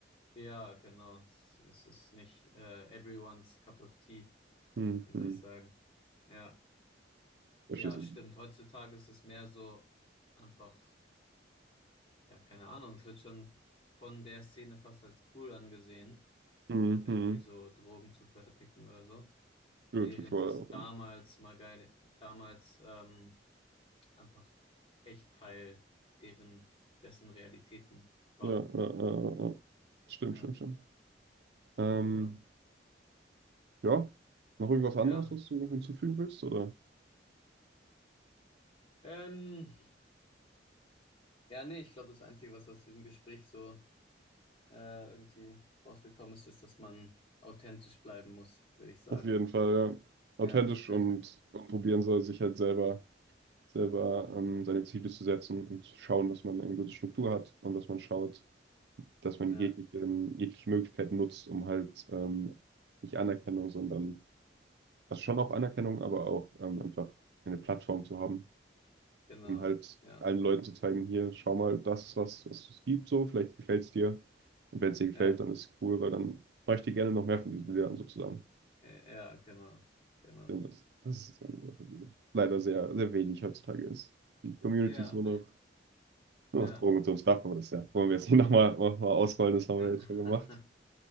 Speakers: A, on the left (about 30°); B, on the right (about 60°).
A: ja, genau. Es, es ist nicht äh, everyone's cup of tea,
B: hm
A: wie soll
B: hm.
A: ich sagen. Ja,
B: Verstehst
A: ja,
B: du?
A: stimmt. Heutzutage ist es mehr so einfach, ja, keine Ahnung, es wird schon von der Szene fast als cool angesehen,
B: Mhm.
A: irgendwie so Drogen zu verticken oder so.
B: Ja,
A: Während
B: Tutorial
A: es
B: auch.
A: damals mal geil, damals, ähm, einfach echt Teil deren, dessen Realitäten war.
B: Ja, ja, ja, ja. Stimmt,
A: Ja,
B: stimmt, stimmt. Ähm,
A: ja, genau.
B: ja, noch irgendwas
A: Ja.
B: anderes, was du noch hinzufügen willst, oder?
A: Ähm, ja, nee, ich glaube, das Einzige, was aus diesem Gespräch so äh, irgendwie rausgekommen ist, ist, dass man authentisch bleiben muss, würde ich sagen.
B: Auf jeden Fall, ja. Authentisch
A: Ja. <laughs>
B: und, und probieren soll, sich halt selber, selber ähm, seine Ziele zu setzen und schauen, dass man eine gute Struktur hat und dass man schaut, dass man
A: Ja,
B: jegliche, jegliche Möglichkeit nutzt, um halt ähm, nicht Anerkennung, sondern, also schon auch Anerkennung, aber auch ähm, einfach eine Plattform zu haben
A: genau.
B: um halt
A: Ja.
B: allen Leuten zu zeigen, hier, schau mal, das ist was, was es gibt, so, vielleicht gefällt es dir. Und wenn es dir gefällt,
A: Ja.
B: dann ist es cool, weil dann mache ich dir gerne noch mehr von diesen Bildern sozusagen.
A: Äh, Ja, genau. Genau.
B: Denn das, das ist eine Sache, die leider sehr, sehr wenig heutzutage ist. Die Community
A: Ja.
B: ist nur noch, nur
A: Ja.
B: noch Drogen und so ein Stuff, aber das ja, wollen wir jetzt nicht nochmal
A: Ja.
B: noch mal ausrollen, das haben
A: Ja.
B: wir jetzt schon gemacht.
A: <laughs>